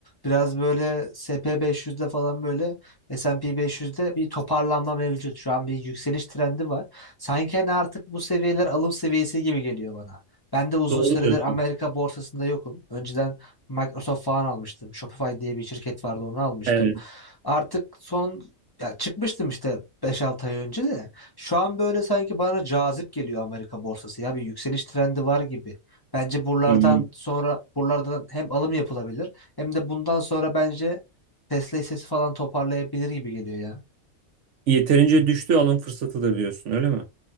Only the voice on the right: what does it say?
Doğru
diyorsun.
Evet.
Hı hı.
Yeterince düştü alım fırsatıdır diyorsun, öyle mi?